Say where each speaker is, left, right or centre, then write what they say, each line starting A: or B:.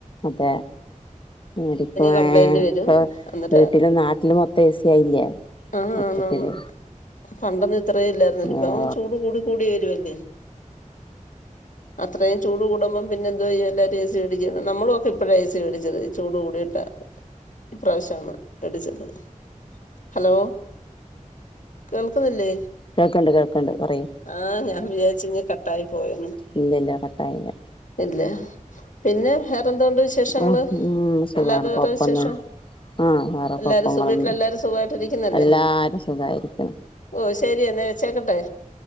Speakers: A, on the left (about 40°); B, on the left (about 70°).
A: അതെ എടിപ്പ
B: കംപ്ലൈന്റ്
A: ഏ
B: വരും
A: ഇപ്പൊ
B: എന്നിട്ട്
A: വീട്ടിലും നാട്ടിലും ഒ തെസ്യ ആയില്ലേ.
B: ആഹ്
A: മൊത്തത്തില്
B: ആന്നാന്ന് പണ്ടൊന്നും ഇത്രേ ഇല്ലായിരുന്നില്ല ഇപ്പ
A: ഏഹ്
B: ചൂട് കൂടി കൂടി വരുവല്ലേ. അത്രയും ചൂട് കൂടുമ്പം പിന്നെന്തു ചെയ്യും എല്ലാരും ഏസിടിക്കെണ് നമ്മളുക്കെ ഇപ്പഴ ഏസി മേടിച്ചത്. ചൂട് കൂടിയിട്ടാ ഇപ്രാവശ്യാണ് ഇടിച്ചത്. ഹലോ കേൾക്കുന്നില്ലേ?
A: കേൾക്കണ്ട് കേൾക്കണ്ട് പറയൂ.
B: ആഹ് ഞാൻ വിചാരിച്ചഞ്ഞ് കട്ടായി പോയന്ന്
A: ഇല്ല ഇല്ല കട്ടായില്ല
B: ഇല്ല പിന്നെ വേറെന്തുണ്ട് വിശേഷങ്ങള്
A: ആഹ് ഉം സുഖാണ്
B: അല്ലാതെ വേറെ
A: കൊഴപ്പൊന്നും
B: വിശേഷം
A: ആഹ് വേറെ
B: എല്ലാരും
A: കൊഴപ്പങ്ങളൊന്നും
B: സു വീട്ടില് എല്ലാരും സുഖായിട്ട് ഇരിക്കുന്നല്ലേ
A: എല്ലാരും സുഖായിരിക്കണ്
B: ഓ ശരിയ എന്നാ വെച്ചേക്കട്ടെ